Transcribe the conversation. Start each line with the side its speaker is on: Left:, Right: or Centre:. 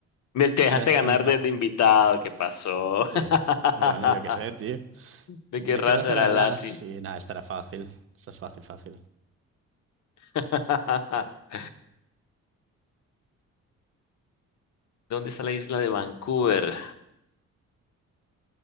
Left: Me te dejaste
Right: La estampa.
Left: ganar del invitado, ¿qué pasó?
Right: Sí.
Left: <laughs>
Right: Bueno, yo qué sé, tío.
Left: ¿De
Right: ¿De
Left: qué raza
Right: qué raza
Left: era
Right: eran
Left: Lassie?
Right: las? Sí, nada, estará fácil. Esta es fácil, fácil.
Left: <laughs> ¿Dónde está la isla de Vancouver?